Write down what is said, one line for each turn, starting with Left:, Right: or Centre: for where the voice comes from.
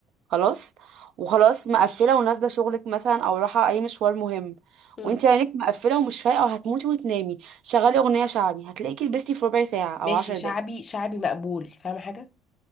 Right: خلاص وخلاص مقفله ونازله شغلك مثلا او رايحه اي مشوار مهم
Left: مم.
Right: وانت عينك مقفله ومش فايقه وهتموتي وتنامي شغلي اغنيه شعبي هتلاقيكي لبستي في ربع ساعه او
Left: ماشي
Right: عشر
Left: شعبي
Right: دقايق
Left: شعبي مقبول فاهمة حاجة